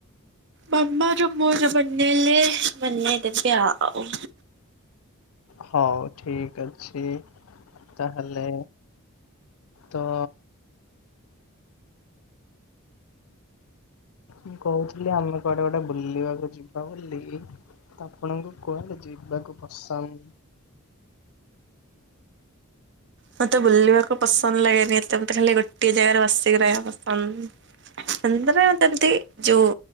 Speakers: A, on the right (about 55°); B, on the left (about 75°).
A: ବାବା ଯୋ ମୋ ଯୋ ବନେଇଲେ ବନେଇଦେବେ ଆଉ।
B: ହଉ ଠିକ୍ ଅଛି ତାହେଲେ। ତ ମୁଁ କହୁଥିଲି ଆମେ କୁଆଡ଼େ ଗୋଟେ ବୁଲିବାକୁ ଯିବା ବୋଲି ତ ଆପଣଙ୍କୁ କୁଆଡ଼େ ଯିବା କୁ ପସନ୍ଦ୍?
A: ମତେ ବୁଲିବାକୁ ପସନ୍ଦ୍ ଲାଗେନି ଏତେ ମତେ ଖାଲି ଗୋଟିଏ ଜାଗାରେ ବସିକି ରହିବାକୁ ପସନ୍ଦ୍। ଏମ୍ ତିରେ ଯେମ୍ ତି ଯୋଉ